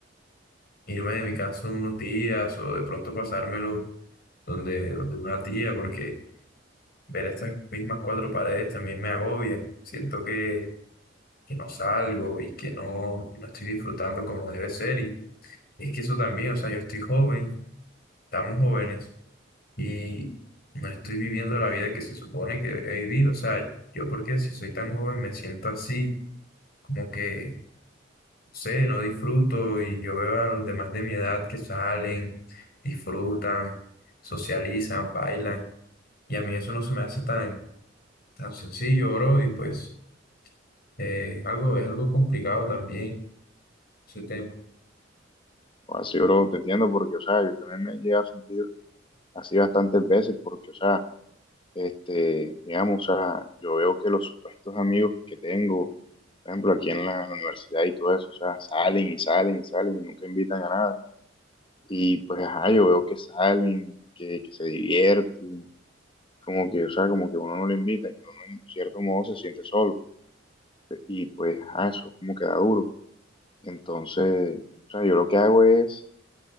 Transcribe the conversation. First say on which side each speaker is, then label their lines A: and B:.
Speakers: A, on the left; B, on the left.
A: irme de mi casa unos días o de pronto pasármelo donde, donde una tía, porque ver estas mismas cuatro paredes también me agobia. Siento que, que no salgo y que no, no estoy disfrutando como debe ser. Y es que eso también, o sea, yo estoy joven, estamos jóvenes. y no estoy viviendo la vida que se supone que debería vivir. O sea, yo porque si soy tan joven me siento así, como que, no sé, no disfruto y yo veo a los demás de mi edad que salen, disfrutan, socializan, bailan y a mí eso no se me hace tan, tan sencillo, bro, y pues eh, algo, es algo complicado también ese tema.
B: O así, bro, te entiendo porque, o sea, yo también me he llegado a sentir así bastantes veces porque, o sea, este, digamos, o sea, yo veo que los supuestos amigos que tengo, por ejemplo, aquí en la, en la universidad y todo eso, o sea, salen y salen y salen y nunca invitan a nada. Y pues, ajá, yo veo que salen, que, que se divierten, como que, o sea, como que uno no le invita y uno en cierto modo se siente solo. Y pues, ajá, eso como que da duro. Entonces, o sea, yo lo que hago es